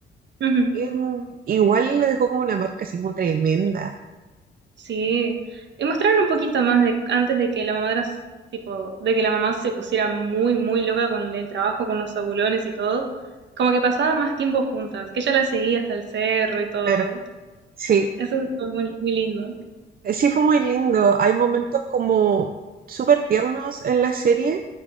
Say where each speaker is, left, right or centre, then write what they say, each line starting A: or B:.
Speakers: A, on the right (about 65°); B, on the right (about 45°).
A: Ujú,
B: em, igual le dejó como una marca así como tremenda,
A: Sí, y mostraron un poquito más de antes de que la mamá era s- tipo, de que la mamá se pusiera muy, muy loca con el trabajo, con los abulones y todo, como que pasaban más tiempo juntas, que ella la seguía hasta el cerro y todo.
B: claro, sí,
A: Eso es muy, muy lindo.
B: sí fue muy lindo, hay momentos como súper tiernos en la serie